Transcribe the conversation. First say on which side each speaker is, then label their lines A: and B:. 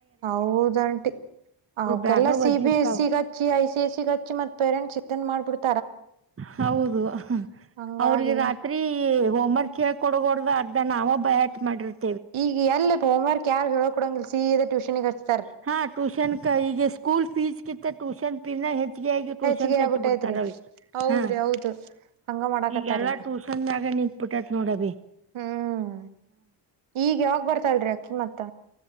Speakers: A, on the right; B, on the right.
A: ಹೌದಂಟಿ ಅವಕೆಲ್ಲ
B: ಬ್ಯಾಗ
A: ಸಿ,
B: ಒದ್ದಿರ್ತಾವ
A: ಬಿ, ಎಸ್ ಸಿಗಹಚ್ಚಿ ಐ ಸೇಸಿಗಚ್ಚಿತ್ ಪೆರೆ ಚಿನ್ ಮಾಡ್ಬಿಡ <unintelligible>
B: ಹೌದು,
A: ಹಂಗಾಗಿ
B: ಅವ್ರಿಗೆ ರಾತ್ರಿ ಹೋಮ್ ವರ್ಕ್ ಹೇಳಿದಕೊಡದ್ರಾಗ ಹೊಡ್ದ ಅರ್ಧ ನಾವ ಭೈಯಾಟ ಮಾಡಿರತೀವಿ.
A: ಈಗ ಎಲ್ಲ ಹೋಮವರ್ಕ್ ಯಾರು ಹೇಳಿ ಕೊಡೋಂಗಿಲ್ಸೀದ ಟ್ಯೂಷನ್ ಗೆ ಹಚ್ಚಿ
B: ಹಾ, ಟ್ಯೂಷನ್ ಈಗ ಸ್ಕೂಲ್ ಫೀಸ್ ಕಿಂತ ಟೂಷನ್ ಫೀನ ಹ ಹೆಚ್ಚಿಗೆಯಾಗಿ ಟ್ಯೂಷನ್
A: ಹೆಚ್ಚಿಗೆ
B: ಕರ್ಚಿ
A: ಆಗ್ಬಿಟ್ಟೈತ್ರಿ
B: ಬಿಡ್ತಾರ.
A: ಹೌದ್ರಿ
B: ಹಾ
A: ಹೌದು ಹಂಗ ಮಾಡಾಕತ್ತಾರ
B: ಈಗೆಲ್ಲಾ
A: ಈಗ
B: ಟ್ಯೂಷನ್ ಮಾಗ ನಿಂತಬಿಟ್ಟೈತ್ ನೋಡ ಅವಿ.
A: ಹ್ಮ್, ಈಗ ಯಾವಾಗ್ ಬರ್ತಲ್ರಿರಿ ಅಕ್ಕಿ ಮತ್ತ,